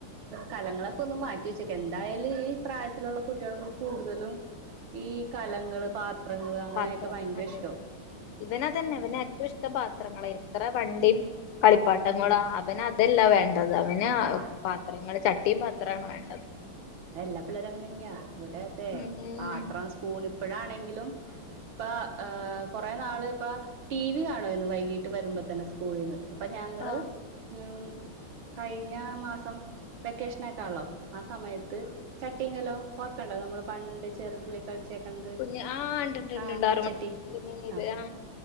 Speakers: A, on the right; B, on the left.
A: കലങ്ങളൊക്കെ ഒന്ന് മാറ്റിവെച്ചേക്ക് എന്തായാലും ഈ പ്രായത്തിലുള്ള കുട്ടികള് കൂടുതലും ഈ കലങ്ങള് പാത്രങ്ങള് അങ്ങനെയൊക്കെ
B: പത്രം
A: ഭയങ്കര
B: അതെ
A: ഇഷ്ട
B: ഇവനതന്നെ ഇവന ഏറ്റവും ഇഷ്ടംപാത്രങ്ങള എത്ര വണ്ടിയും കളിപ്പാട്ടങ്ങളാ അവന അതല്ല വേണ്ടത് അവനാ
A: ആഹ്
B: പാത്രങ്ങള് ചട്ടിയും പാത്രാണ് വേണ്ടത്
A: അത എല്ലാ പിള്ളേര അങ്ങനെ തന്നെയ ഇവിടെ അതെ
B: ഉം
A: പാത്രം സ്പൂൺ ഇപ്പഴാണെങ്കിലും ഇപ്പ ആഹ് കുറെ നാള് ഇപ്പ ടി വി കാണുവായിരുന്നു വൈകിട്ട് വരുമ്പോ തന്നെ സ്കൂളീന്ന് അപ്പൊ ഞാങ്ങള്
B: ആ
A: ഉം കഴിഞ്ഞ മാസം വെക്കേഷനക്കാണല്ലോ ആ സമയ ത്ത് ചട്ടി കലോം ഓർക്കണ്ട നമ്മള് പണ്ട് ചെറുതിലൊ കളിച്ചേക്കന്ത്
B: കുഞ്ഞ് ആ ഇണ്ട്ണ്ട്ണ്ട്
A: ആഹ മൺചട്ടി
B: ആറ് മണി ഇത്
A: ആഹ്
B: ആ